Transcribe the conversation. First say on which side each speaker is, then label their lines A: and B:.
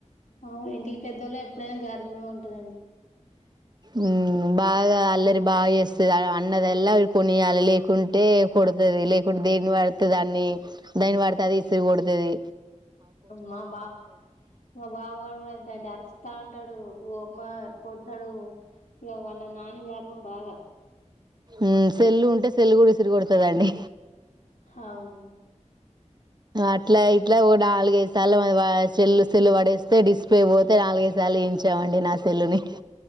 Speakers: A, on the left; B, on the right.
A: అవును ఇంటికి పెద్దోళ్లే ఎప్పుడైన గార్ భంగా ఉంటదండి
B: ఉమ్ బాగా అల్లరి బాగా చేస్తది అన్నదల్లా కొనియాలి లేకుంటే కొడుతది లేకుంటే దేని వడితే దాన్ని దేని వాడితే అది ఇసిరీ కొడుతది
A: మా బా మా బావుగాడు అంతేనండి అరుస్తా ఉంటాడు ఓ మ్మ కొడతాడు ఇక వాళ్ళ నాని గర్వం బాగా
B: ఉమ్ సెల్లు ఉంటే సెల్లు కూడా ఇసిరిగైడ్ త కదండి
A: అవును
B: అట్లా ఇట్లా ఓ నాలుగైదు సార్లు చెల్లు సెల్లు పడేస్తే డిస్ప్లే పోతే నాలుగైదు సార్లు వేయించామండి నా సెల్లుని